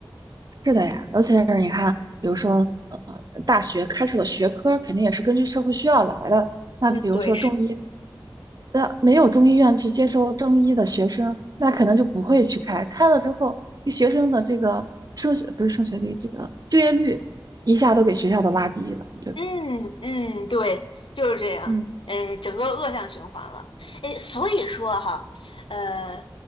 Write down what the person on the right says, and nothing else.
是的呀，尤其是你看，比如说，呃，大学开设的学科肯定也是根据社会需要来的。那比如说中医，
那没有中医院去接收中医的学生，那可能就不会去开。开了之后，这学生的这个升学不是升学率，这个就业率一下都给学校都拉低了，对不对？
嗯